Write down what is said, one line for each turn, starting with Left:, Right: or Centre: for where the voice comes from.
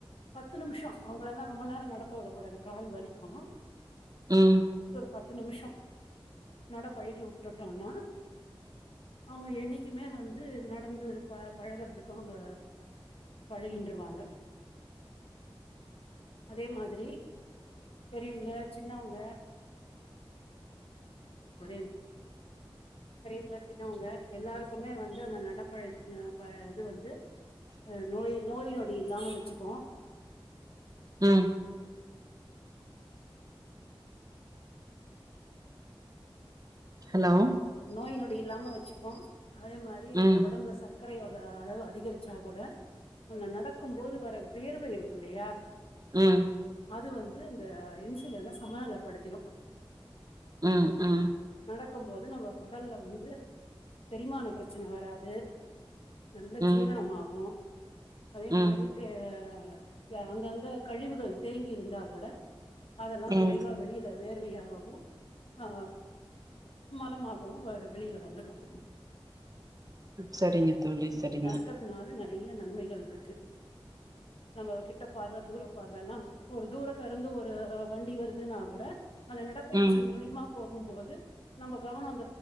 Left: பத்து நிமிஷம் அவங்கள எல்லாம் ரொம்ப நேரம் நடக்க வுடக் கூடாது கால் வலிக்கும்
Right: ம்
Left: பத்து நிமிஷம் நட பழகி வுட்டுட்டோம்னா அவுங்க என்னைக்குமே வந்து நடந்து ப பழகுறதுக்கும அவங்க பழகின்றுவாங்க அதே மாரி பெரியவங்க சின்னவங்க ஒரே நிமிஷம் பெரியவங்க சின்னவங்க எல்லாருக்குமே வந்து அந்த நடப்பழத்த இது வந்து அ நோய் நோய் நொடி இல்லாம வச்சுக்கும்
Right: ம் ஹலோ
Left: நோய் நொடி இல்லாம வச்சுக்கும் அதே மாரி
Right: ம்,
Left: ஒடம்புல சத்து சக்கரையோட அளவு அதிகரிச்சா கூட நடக்கும் போது வர வேர்வை இருக்கு இல்லியா
Right: ம்
Left: அது வந்து இந்த இன்சுலின சமநெலப்படுத்திடும்
Right: ம் ம்
Left: நடக்கும் போது நம்ம கொடல்ல வந்து செரிமான பிரச்சன வராது நல்ல
Right: ம்,
Left: ஜீரணமாகும் அதே
Right: ம்,
Left: மாறிட்டு தே அங்கங்க கழிவுகள் தேங்கி இருந்தா கூட அதெல்லாம்
Right: ம்.
Left: விரைவா வெளியில வேர்வையாகவும் ஆ மலமா இப்பவும் வெளியில வந்துடும்
Right: சரிங்க தோழி சரிங்க
Left: நடக்கிறதுனால நெறைய நன்மைகள் இருக்கு நம்ம கிட்ட பார்வ தூர பார்வல்லாம் ஒரு தூரக்கருந்து ஒரு வண்டி வருதுன்னா கூட அந்த நடப்பயிற்சி
Right: ம்,
Left: மூலிமா போகும்போது நம்ம கவனம்